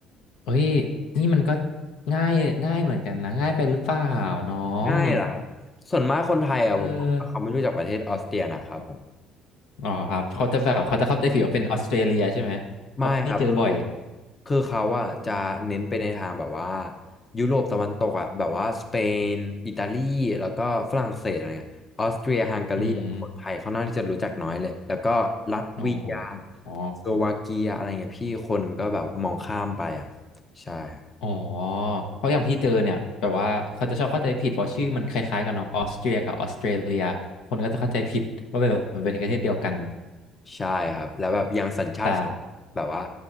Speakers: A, on the left (about 70°); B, on the left (about 25°).
A: เฮ้ยนี่มันก็ง่ายง่ายเหมือนกันนะง่ายไปหรือเปล่าน้อง
B: ง่ายเหรอครับส่วนมากคนไทยอ่ะผมว่าเขาไม่รู้จักประเทศออสเตรียนะครับผม
A: เอออ๋อครับเขาจะแบบเขาจะเข้าใจผิดว่าเป็นออสเตรเลียใช่ไหมเพราะพี่เจอบ่อย
B: ไม่ครับ คือคือเขาอะจะเน้นไปในทางแบบว่ายุโรปตะวันตกอะแบบว่าสเปนอิตาลีแล้วก็ฝรั่งเศสอะไรเงี้ยออสเตรียฮังการีคนไทยเขาน่าจะรู้จักน้อยเลยแล้วก็ลัตเวียส
A: อืมอ๋ออ๋อ
B: โลวาเกียอะไรเงี้ยพี่คนก็แบบมองข้ามไปอะใช่ร
A: อ๋อเพราะอย่างพี่เจอเนี่ยแบบว่าเขาจะชอบเข้าใจผิดเพราะชื่อมันคล้ายๆกันเนาะออสเตรียกับออสเตรเลียคนก็จะเข้าใจผิดว่าเป็นแบบเป็นประเทศเดียวกัน
B: ใช่ครับแล้วแบบอย่างสัญชาติ
A: แต่
B: แบบว่า